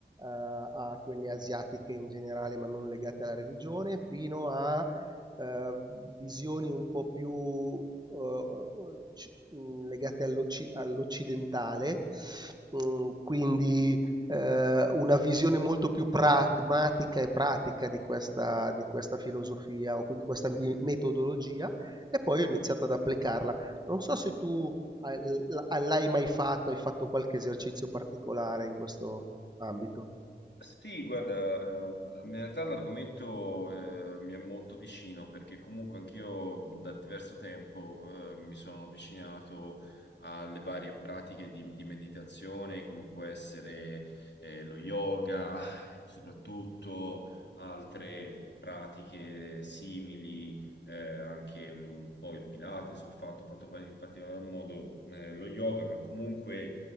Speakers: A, on the right (about 20°); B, on the left (about 75°).
A: a quelle asiatiche in generale, ma non legate alla religione, fino a eh, visioni un po' più eh, ci- mh, legate all'occi- all'occidentale, mh, quindi eh, una visione molto più pragmatica e pratica di questa, di questa filosofia o di questa mi- metodologia, e poi ho iniziato ad applicarla non so se tu hai- l- l'hai mai fatto, hai fatto qualche esercizio particolare in questo ambito.
B: Sì, guarda, ehm, in realtà l'argomento eh, mi è molto vicino perché comunque anch'io da diverso tempo eh, mi sono avvicinato alle varie pratiche di, di meditazione, come può essere eh, lo yoga, soprattutto altre pratiche simili, eh, anche un po' il Pilates, ho fatto, ho fatto in particolar modo eh, lo yoga, ma comunque